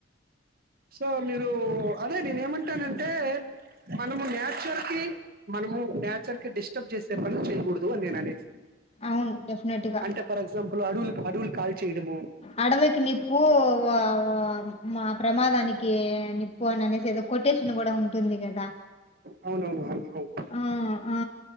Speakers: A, on the right; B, on the left.
A: సో మీరు అదే నేను ఏమంటానంటే మనము నాచర్ కి మన మునము నాచర్ కి డిస్టర్బ్ చేసే పని చేయకూడదు అని నేను అనేది
B: అవును డెఫినెట్ గా
A: అంటే ఫర్ ఎగ్జాంపుల్ అడవులు అడవులు కాల్ చేయడంము
B: అడవకి నిప్పు వ వ మా ప్రమాదానికి నిప్పు అని అనేసి ఏదో కొటేషన్ కూడా ఉంటుంది కదా
A: అవునవును. అవును. అవును.
B: ఆ ఆ